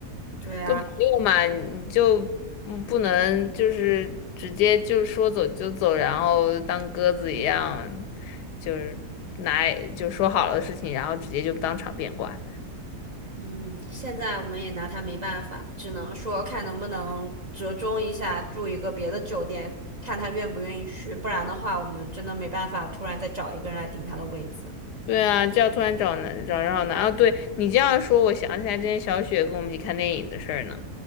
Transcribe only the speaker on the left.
跟朋友嘛，你就嗯不能就是直接就说走就走，然后当鸽子一样，就是拿就说好了的事情，然后直接就当场变卦。
对啊，这要突然找男，找人好难啊！对你这样说，我想起来之前小雪跟我们一起看电影的事儿呢。